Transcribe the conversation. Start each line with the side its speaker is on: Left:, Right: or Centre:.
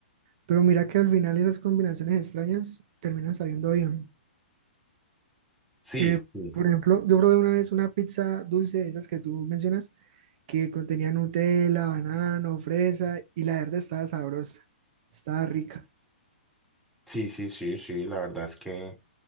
Right: Pero mira que al final esas combinaciones extrañas terminan sabiendo bien.
Centre: Sí.
Right: Eh,
Centre: sí.
Right: por ejemplo, yo probé una vez una pizza dulce, de esas que tú mencionas, que contenía Nutella, banano, fresa, y la verdad estaba sabrosa, estaba rica.
Centre: Sí, sí, sí, sí, la verdad es que